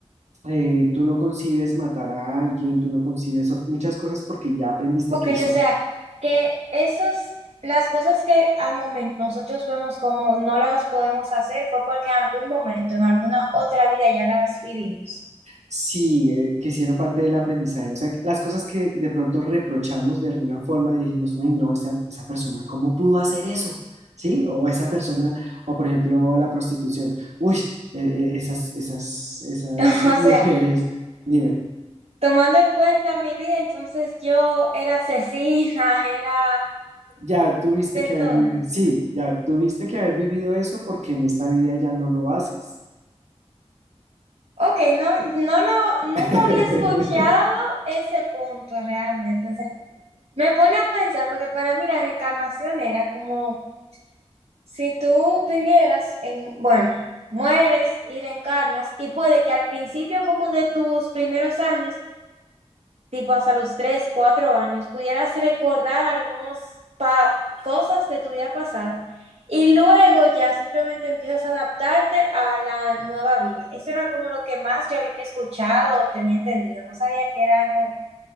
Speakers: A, on the right; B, on the right.
A: eh, tú no concibes matar a alguien, tú no concibes o- muchas cosas porque ya aprendiste
B: Ok,
A: que eso
B: o sea, que esos, las cosas que al momento nosotros vemos como no las podemos hacer fue porque en algún momento, en alguna otra vida ya las vivimos.
A: Sí, eh, que hicieron parte del aprendizaje. O sea, que las cosas que de pronto reprochamos de alguna forma y dijimos, uy, no, esa, esa persona, ¿cómo pudo hacer eso? ¿Sí? O esa persona, o por ejemplo, la prostitución. Uy, eh, eh, esas, esas, esas
B: <laughs>
A: mujeres,
B: O sea,
A: dime,
B: tomando en cuenta mi vida, entonces yo era asesina, <laughs> era
A: ya tuviste
B: de
A: que
B: todo.
A: haber vivido, sí, ya tuviste que haber vivido eso porque en esta vida ya no lo haces.
B: Ok, no, no lo, nunca
A: <laughs>
B: había escuchado ese punto realmente. O sea, me pone a pensar, porque para mí la reencarnación era como Si tú vivieras en, bueno, mueres y reencarnas, y puede que al principio como de tus primeros años, tipo hasta los tres cuatro años, pudieras recordar algunas cosas de tu vida pasada, y luego ya simplemente empiezas a adaptarte a la nueva vida. Eso era como lo que más yo había escuchado o tenía entendido. No sabía que era algo